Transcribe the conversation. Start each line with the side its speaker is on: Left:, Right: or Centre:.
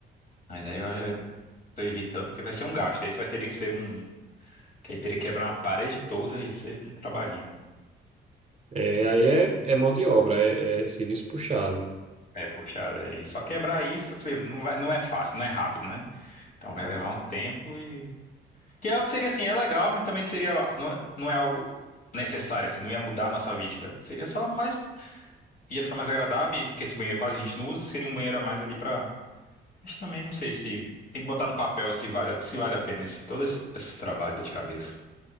Left: Mas aí eu eh, tô evitando, porque vai ser um gasto. Aí você vai ter que ser um. Que aí teria que quebrar uma parede toda e ia ser um trabalhinho.
Right: É, aí é, é mão de obra, é, é serviço puxado.
Left: É, puxado. É. E só quebrar isso, eu falei, não vai, não é fácil, não é rápido, né? Então vai levar um tempo e Que é algo que seria assim, é legal, mas também seria, não, é- não é algo necessário, assim, não ia mudar a nossa vida. Seria só mais, ia ficar mais agradável, e- porque esse banheiro quase a gente não usa, seria um banheiro a mais ali pra. Mas também não sei se. Tem que botar no papel se vale, a- se vale a pena esse, todo esse, esse trabalho, dor de cabeça.